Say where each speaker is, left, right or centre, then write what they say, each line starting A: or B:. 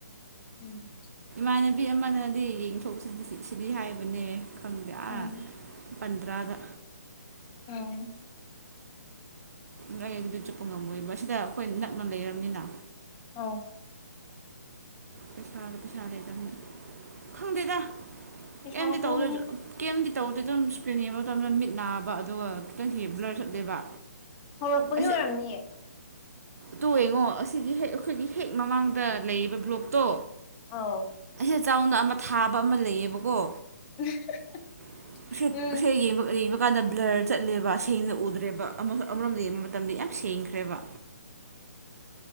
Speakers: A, on the left (about 25°); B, on the right (about 60°).
A: ꯎꯝ
B: ꯏꯃꯥꯟꯅꯕꯤ ꯑꯃꯅꯗꯤ ꯌꯦꯡꯊꯣꯛꯁꯤꯗꯤ ꯁꯤꯗꯤ ꯍꯥꯏꯕꯅꯦ ꯈꯪꯗꯦ ꯑ
A: ꯎꯝ
B: ꯄꯟꯗ꯭ꯔꯥꯗ
A: ꯑꯅꯦ
B: ꯂꯩ ꯑꯗꯨꯗꯤ ꯆꯨꯞꯄ ꯉꯝꯃꯣꯏꯕ ꯁꯤꯗ ꯑꯩꯈꯣꯏ ꯅꯛꯅ ꯂꯩꯔꯕꯝꯅꯤꯅ
A: ꯑꯥꯎ
B: ꯄꯩꯁꯥꯒ ꯄꯩꯁꯥ ꯂꯩꯗꯕꯅꯤ ꯈꯪꯗꯗ
A: ꯄꯩꯁꯥꯁꯤꯡꯅꯦ
B: ꯀꯗꯤ ꯇꯧꯔ ꯀꯗꯤ ꯇꯧ ꯇꯦꯇꯪ ꯏꯁꯀ꯭ꯔꯤꯟ ꯌꯦꯡꯕ ꯃꯇꯝꯗ ꯃꯤꯠ ꯅꯥꯕ ꯑꯗꯨꯒ ꯈꯤꯇꯪ ꯍ ꯕ꯭ꯂꯔ ꯆꯠꯂꯦꯕ
A: ꯍꯧꯔꯛꯄꯒꯤ
B: ꯑꯁꯤ
A: ꯑꯣꯏꯔꯝꯅꯤꯑ
B: ꯇꯣ ꯌꯦꯉꯣ ꯑꯁꯤꯒꯤ ꯍꯦꯛ ꯑꯩꯈꯣꯏꯒꯤ ꯍꯦꯛ ꯃꯃꯥꯡꯗ ꯂꯩꯔꯤꯕꯕ ꯕ꯭ꯂꯣꯛꯇꯣ
A: ꯑꯥꯎ
B: ꯦ ꯆꯥꯎꯅ ꯑꯃ ꯊꯥꯕ ꯑꯃ ꯂꯩꯌꯦꯕꯀꯣ
A: <unintelligible>
B: <unintelligible>
A: ꯎꯝ
B: <unintelligible> ꯀꯥꯟꯗ ꯕ꯭ꯂꯔ ꯆꯠꯂꯦꯕ ꯁꯦꯡꯅ ꯎꯗ꯭ꯔꯦꯕ ꯑꯃꯔꯣꯝꯗ ꯌꯦꯡꯕ ꯃꯇꯝꯗ ꯌꯥꯝ ꯁꯦꯡꯈ꯭ꯔꯦꯕ